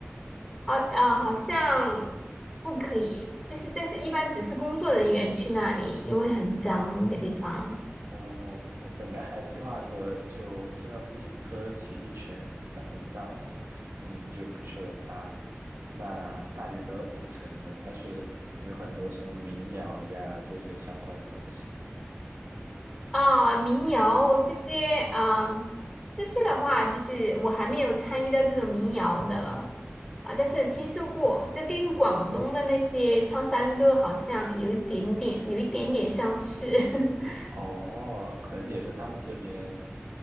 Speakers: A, in the centre; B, on the right.
A: 好啊、好像不可以，就是但是一般只是工作人员去那里，因为很脏那个地方
B: 哦，我本来还计划着就租辆自行车骑一圈的，那很脏，嗯，就不去了吧。那大理的古城呢，它是有很多什么民谣呀这些相关的东西。
A: 啊、民谣这些啊、这些的话，就是我还没有参与到这种民谣的啊、但是听说过，这跟广东的那些唱山歌好像有一点点，有一点点相似。<laughs>
B: 哦，可能也是他们这边，